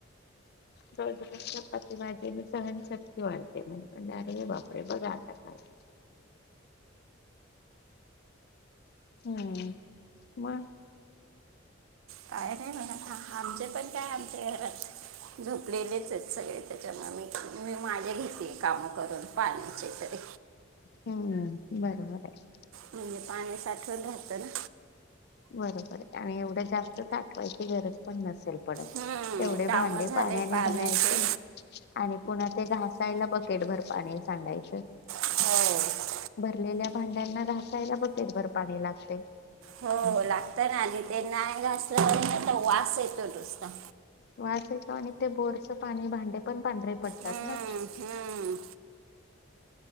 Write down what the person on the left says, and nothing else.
रोज रोज चपाती-भाजीन सहनशक्ती वाढते म्हणे म्हण अरे बापरे बघा आता काय. हम्म. मग?
हम्म! बरबर हाय.
बरोबर हाय आणि एवढं जास्त साठवायची गरज पण नसेल पडत.
तेवढे
भांडे
पाण्याने
भरायचे आणि पुन्हा ते घास <inaudible> <inaudible> पाणी सांडायचं
भरलेल्या भांड्यांना घासायला बकेटभर पाणी लागतंय.
वास येतो आणि ते बोरचं पाणी भांडे पण पांढरे पड
तात ना?